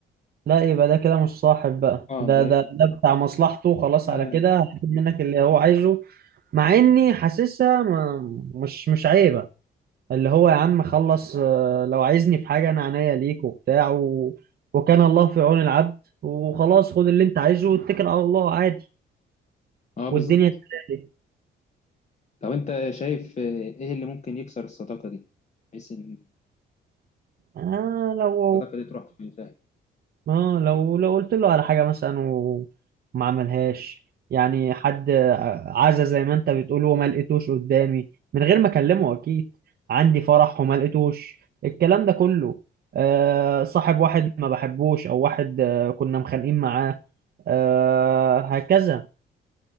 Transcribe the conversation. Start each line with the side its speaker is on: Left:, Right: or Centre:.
Right: لا يبقى ده كده مش صاحب بقى
Left: اه
Right: ده
Left: ده
Right: ده ده بتاع مصلحته خلاص
Left: ده
Right: على كده هياخد منك اللي هو عايزه مع اني حاسسها ما- مش مش عيبة اللي هو يا عم خلص آه، لو عايزني في حاجة انا عينيا ليك وبتاع و... وكان الله في عون العبد وخلاص خد اللي انت عايزه واتكل على الله عادي
Left: اه بالظبط
Right: والدنيا تمام
Left: لو انت شايف آه، ايه اللي ممكن يكسر الصداقة دي بحيث ان
Right: آه لو
Left: الصداقة دي تروح في فهم
Right: آه لو لو قلت له على حاجة مثلا وما عملهاش يعني حد عزا زي ما انت بتقول وما لقيتوش قدامي من غير ما اكلمه اكيد عندي فرح وما لقيتوش الكلام ده كله آه صاحب واحد ما بحبوش او واحد آه كنا مخانقين معاه آه هكذا